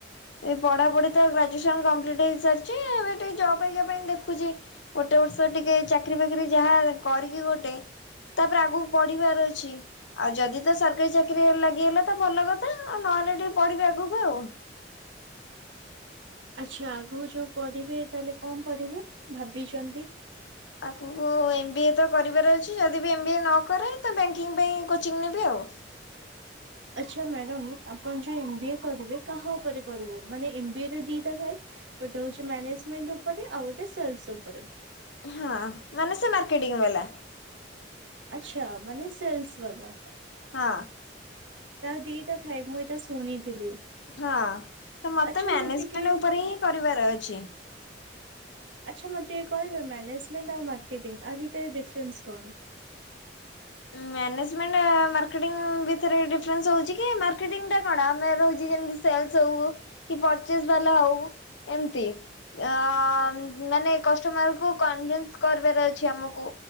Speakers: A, on the left; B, on the right.
A: ଏ ପଢ଼ାଢ଼ି ତ ଗ୍ରାଜୁଏସନ୍ କମ୍ପ୍ଲିଟ୍ ହେଇସାରିଛି ଏବେ ଟିକେ ଜବ୍ ହେଇକା ପାଇଁ ଦେ ଦେଖୁଛି ଗୋଟେ ବର୍ଷ ଟିକେ ଚାକିରି ଫାକିରି ଯାହା କରିକି ଗୋଟେ। ତାପରେ ଆଗକୁ ପଢିବାର ଅଛି। ଆଉ ଯଦି ତ ସରକାରୀ ଚାକିରି ଲାଗିଗଲା ତ ଭଲ କଥା। ଆଉ ନହେଲେ ଟିକେ ପଢିବେ ଆଗକୁ ଆଉ।
B: ଆଚ୍ଛା ଆଗକୁ ଯୋଉ ପଢିବେ ତାହେଲେ କଣ ପଢିବେ ଭାବିଛନ୍ତି?
A: ଆଗକୁ ଏମ୍ ବି ଏ ତ କରିବାର ଅଛି। ଯଦି ବି ଏମ୍ ବି ଏ ନକରେ ତ ବ୍ୟାଙ୍କିଙ୍ଗ ପାଇଁ କୋଚିଂ ନେବି ଆଉ।
B: ଆଚ୍ଛା ମ୍ୟାଡାମ ଆପଣ ଯୋଉ ଏମ୍ ବି ଏ କରିବେ କାହା ଉପରେ କରିବେ? ମାନେ ଏମ ବି ଏ ଦିଟା ଥାଏ। ଗୋଟେ ହଉଛି ମ୍ୟାନେଜମେଣ୍ଟ ଉପରେ ଆଉ ଗୋଟେ ସେଲସ ଉପରେ।
A: ହଁ ମାନେ ସେ ମାର୍କେଟିଂ ବାଲା।
B: ଆଚ୍ଛା ମାନେ ସେଲସ ବାଲା।
A: ହଁ।
B: ତାର ଦିଟା ଥାଏ ମୁଁ ଏଇଟା ଶୁଣିଥିଲି।
A: ହଁ ତ ମତେ
B: ଆଚ୍ଛା
A: ମ୍ୟାନେଜମେଣ୍ଟ
B: ଟିକେ
A: ଉପରେ ହିଁ କରିବାର ଅଛି।
B: ଆଚ୍ଛା ମତେ ଟିକେ କହିବେ, ମାନେଜମେଣ୍ଟ ଆଉ ମାର୍କେଟିଂ ଆ ଭିତରେ ଡିଫରେନ୍ସ କଣ?
A: ମ୍ୟାନେଜମେଣ୍ଟ ମାର୍କେଟିଂ ଭିତରେ ଡିଫରେନ୍ସ ହଉଚି କି, ମାର୍କେଟିଂ ଟା କଣ ଆମେ ରହୁଚି ଯେମତି ସେଲସ ହଉ କି ପରଚେସ୍ ବାଲା ହଉ ଏମିତି। ଅ ମାନେ କଷ୍ଟମର କୁ କନଭେନ୍ସ କରିବାର ଅଛି ଆମକୁ।